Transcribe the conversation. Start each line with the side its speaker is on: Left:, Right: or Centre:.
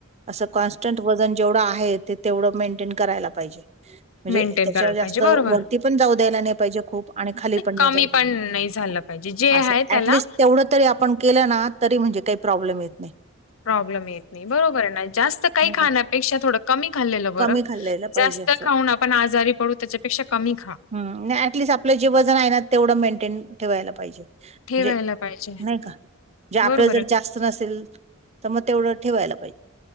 Right: असं कॉन्स्टंट वंजन जेवढं आहे ते तेवढं मेंटेन करायलां पाहिजे म्हणजे
Left: मेंटेन
Right: त्यांच्यावर
Left: करायला
Right: जास्तं
Left: पाहिजे. बरोबर
Right: वरती पणं जाऊं द्यायलां नाहीं पाहिजे खूंप आणि खांली पणं
Left: कमी
Right: नाहीं जाऊं द्यायलां
Left: पण नाही झालं पाहिजे. जे
Right: असं
Left: आहे त्याला
Right: ऍटलिस्ट तेवढं तरी आपणं केलं नां तरी म्हणजे कांहीं प्रॉब्लेम येतं नाहीं
Left: प्रॉब्लेम येतं नाहीं बरोबर नां जास्तं कांहीं
Right: नाही
Left: खाण्यांपेक्षा
Right: का?
Left: थोडं कमी खाल्लेलं
Right: कमी
Left: बरं
Right: खाल्लेलं पाहिजे
Left: जास्तं
Right: असं.
Left: खाऊंन आपणं आजांरी पडूं त्यांच्यापेक्षा कमी खा
Right: हं एटलीस्ट आपलं जे वंजन आहे नां तेवढं मेंटेन ठेवायलां पाहिजे म्हणजे
Left: ठेवायला पाहिजे
Right: नाहीं कां म्हणजे आपल्यां
Left: बरोबर
Right: जरं
Left: आहे
Right: जास्तं नसेलं तरं मंग तेवढं ठेवायलां पाहिजे